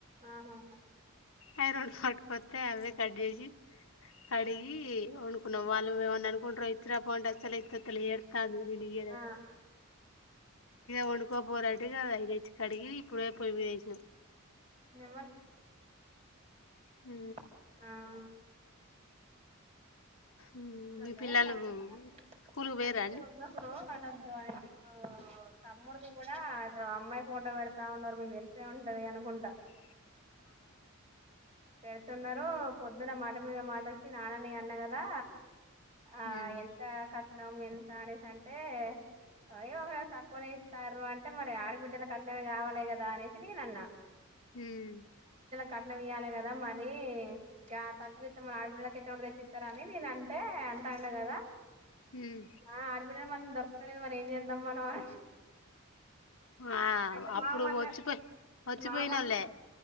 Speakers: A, on the right; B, on the left.
A: ఆహా
B: అయి రెండు పట్టుకొత్తే అవే కట్ చేసి కడిగి వండుకున్నాం. వాళ్ళు ఏమన్నా అనుకుంటర్రో ఇచ్చిరాపో, అంటే అస్సలే ఇచ్చత్తలేదు ఏడుస్ త ఇకా కింద ఇగ
A: ఆ
B: పండుకోపోరి అంటే అయితేచ్ కడిగి ఇప్పుడే పోయి మీద వేసినం.
A: మ నా కనలేదు
B: ఊ
A: మాకు చేయలా
B: ఉమ్,
A: అదే
B: మీ పిల్లలు
A: అ
B: స్కూల్కి పోయిర్రా
A: అంతే
B: అండి
A: ఉన్నప్పుడు మనద్దు అనేది ఇప్పుడు తమ్ముడిది కూడా అద అమ్మాయి ఫోటో పెడతా ఉన్నారు. మీకు తెలిసే ఉంటది అనుకుంటా.
B: అవునవును
A: అ పెడుతున్నరో పొద్దున్న మాట మీద మాట వచ్చి నాన్న ని నేన్ అన్నగదా ఆ
B: హ్మ్.
A: ఎంత క నవమి ఎంత అనేసి అంటే అయో తక్కువనే ఇత్తారు అంటే మరి ఆడబిడ్డలు కట్నలవి కావాలి కదా అనేసి నేన అన్నా మన ఆడబిడ్డ
B: హ్మ్.
A: కట్నం ఇయ్యాలె కదా మరి గా తక్కువిత్తే మరి ఆడపిల్లకి ఎక్కడ తెచ్చిస్తారని నేన అంటే అంటాన్న కదా
B: హ్మ్.
A: ఆ ఆడబిడ్డల మనం దొరుకుతలేద్ మరి ఏం చేద్దాం మనం ఆ
B: ఆ!
A: అయితే
B: అప్పుడు
A: మామ మామన్
B: ఒచ్చిపోయి ఒచ్చిపోయినోళ్ళే.
A: ఆ వచ్